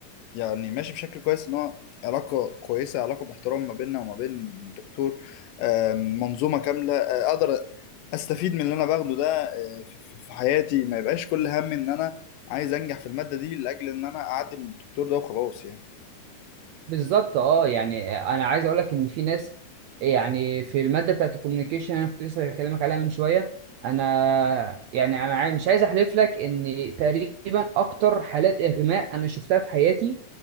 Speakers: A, on the left; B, on the right.
A: يعني ماشي بشكل كويس ان هو علاقة كويسة علاقة محترمة ما بيننا وما بين الدكتور آم، منظومة كاملة آه، اقدر استفيد من اللي انا باخده ده آه، في في- في حياتي ما يبقاش كل هم ان انا عايز انجح في المادة دي لاجل ان انا اعدي من الدكتور ده وخلاص يعني
B: بالظبط اه يعني انا عايز اقول لك ان في ناس يعني في المادة بتاعت الكوميونيكيشن انا كنت لسه بكلمك عليها من شوية انا يعني انا عاي- مش عايز احلف لك ان تقريبا اكتر حالات اغماء انا شفتها في حياتي